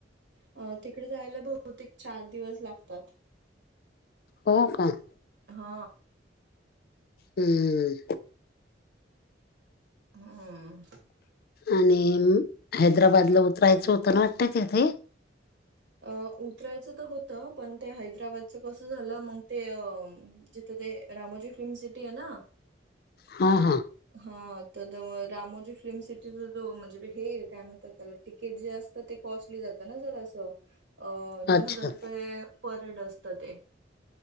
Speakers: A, on the right; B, on the left.
A: अ तिकडे जायला बहुतेक चार दिवस लागतात
B: हो का
A: हा
B: हम्म
A: हम्म.
B: आणि हैदराबाद ला उतरायचं होतं ना वाटतय तेथे.
A: अ उतरायचं तर होतं पण ते हैदराबादच कसं झालं मग ते अ जिथं ते रामोजी फिल्म सिटी आहे ना
B: हां हां
A: हा तर रामोजी फिल्म सिटीचा जो म्हणजे हे काय म्हणतात त्याला तिकीट जे असतं ते कॉस्टली जातं ना जरा असं अ दोन
B: अच्छा
A: हजार रुपये पर हेड असत ते